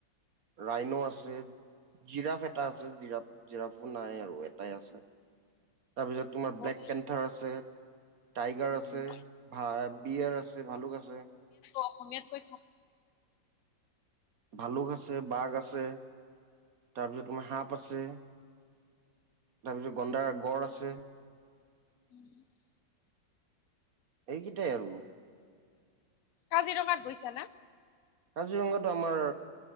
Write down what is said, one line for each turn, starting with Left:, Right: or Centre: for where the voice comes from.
Right: ৰাইনো আছে, - জিৰাফ এটা আছে, জিৰাফ জিৰাফো নাই আৰু এটাই আছে। তাৰপিছত তোমাৰ
Left: মোৰ
Right: ব্লেক পেন্থাৰ আ আছে, টাইগাৰ আছে,
Left: উম
Right: বিয়েৰ আছে ভালুক আছে।
Left: অসমীয়াতকৈ কৈ খাম।
Right: ভালুক আছে, বাঘ আছে, তাৰপিছত তোমাৰ সাপ আছে- তাৰপিছত গন্দাৰ গঁড় আছে।
Left: <unintelligible>
Right: এইকেইটাই আৰু।
Left: কাজিৰঙাত গৈছানা?
Right: কাজিৰঙাতো আমাৰ